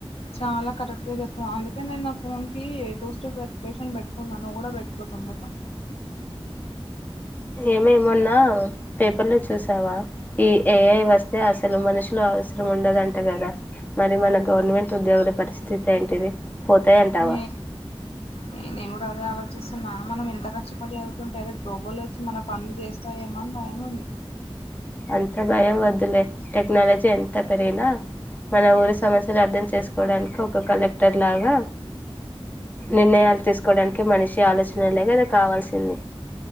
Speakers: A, on the left; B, on the left.
A: చాలా కరెక్ట్ గా చెప్పావు అందుకే నేను నా ఫోన్ కి టూ స్టెప్ వెరిఫికేషన్ పెట్టుకున్నా నువ్వు కూడా పెట్టుకో తొందరగా
B: ఏమేమన్నా పేపర్లు చూసావా ఈ ఏఐ వస్తే అసలు మనుషులు అవసరం ఉండదంట కదా మరి మన గవర్నమెంట్ ఉద్యోగుల పరిస్థితి ఏంటిది పోతాయంటావా
A: న న నే కూడా అదే అలో చూస్తున్నా మనం ఎంత కష్టపడి అవుతుంటే గబోలు వచ్చి మన పనులు చేస్తాయేమో అని భయంగా ఉంది
B: అంత భయం వద్దులే టెక్నాలజీ ఎంత పెరిగినా మన ఊరి సమస్యలు అర్థం చేసుకోవడానికి ఒక కలెక్టర్ లాగా నిర్ణయాలు తీసుకోడానికి మనిషి ఆలోచన లేగా అది కావాల్సింది